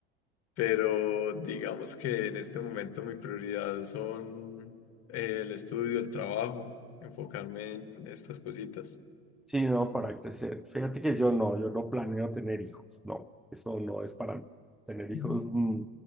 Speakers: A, on the left (about 55°); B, in the centre.
A: pero digamos que en este momento mi prioridad son eh, el estudio, el trabajo, enfocarme en estas cositas.
B: Sí, no, para crecer. Fíjate que yo no, yo no planeo tener hijos, no, eso no es para mí. Tener hijos,
A: Ujú.
B: mm,